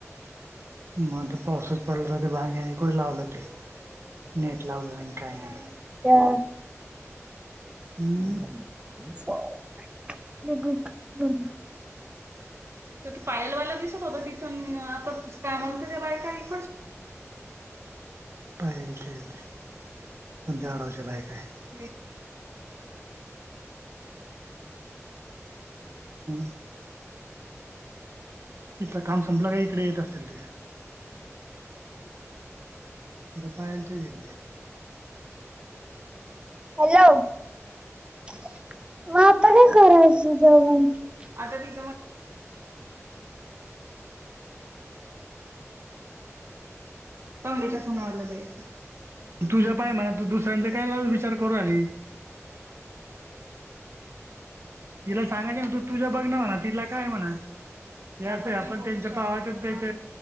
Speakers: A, on the right (about 55°); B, on the right (about 20°).
A: मग पावसच पडला तर ते भांग्यानीकडे लावलं की नेट लावल र काही नाही
B: <unintelligible> <unintelligible>
A: हम्म तर त पायलवायला दिसत होत तिथून आता काय मागत ते बाय काही पायल च्या इथे कोणत्या आडावाच्या बायक आहे <unintelligible> <unintelligible> तिथलं काम संपलं का इकडे येत असल ते जपायचे गते
B: <unintelligible>
A: <inaudible> त्या पंगलेच्या फोनवडला जायचं तुझ्या पाय म्हणा तू दुसऱ्यांचा कायला विचार करू आली तिला सांगायच ना तू तुझ्या बघ ना म्हणा तिला काय म्हणा या आपण त्यांच्या पावाच्याथ